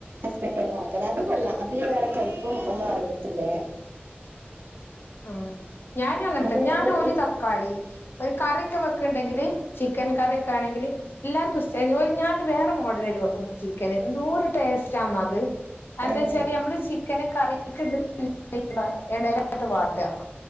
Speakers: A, on the right; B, on the left.
A: ഹസ്ബെന്റന്ന വെക്കല് അത് കൊള്ളാം അതില് വേറെ കയ്പ്പും ഒന്നും അറിയത്തില്ല ഞാൻ
B: ആഹ് ഞാനും അങ്ങൻ
A: അത്
B: തൻ ഞാനൊര്
A: ഒരു ഒരു
B: തക്കാളി ഒരു കറിയൊക്ക വെക്ക്ണ്ണ്ടെങ്കില് ചിക്കൻ കറിയൊക്കാണെങ്കില് എല്ലാർക്കും ഇഷ്ടാ ഞാൻ വേറെ മോഡലേൽ വെക്കും ചിക്കന് എന്തോര് ടേസ്റ്റാന്നൊ അത് എന്താച്ചാല്
A: ആഹ്
B: ഞമ്മള് ചിക്കന് കറിയൊക്ക <unintelligible> എണ്ണെലിട്ട് വാട്ടും